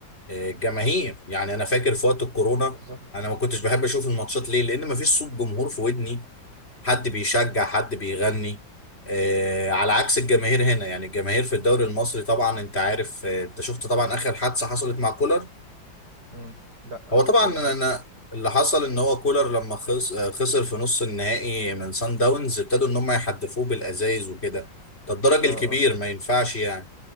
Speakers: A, on the left (about 30°); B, on the right (about 60°).
A: آه، جماهير يعني انا فاكر في وقت الكورونا
B: بالظبط
A: انا ما كنتش بحب اشوف الماتشات ليه لان ما فيش صوت جمهور في ودني حد بيشجع حد بيغني آه، على عكس الجماهير هنا يعني الجماهير في الدوري المصري طبعا انت عارف آه، انت شفت طبعا اخر حادثة حصلت مع كولر
B: مم. لأ
A: هو طبعا
B: إيه
A: انا
B: اللي حصل
A: أنا اللي حصل ان هو كولر لما خس- آه، خسر في نص النهائي من سان داونز ابتدوا ان هم يحدفوه بالازايز وكده ده الدرج
B: آه
A: الكبير
B: آه
A: ما ينفعش يعني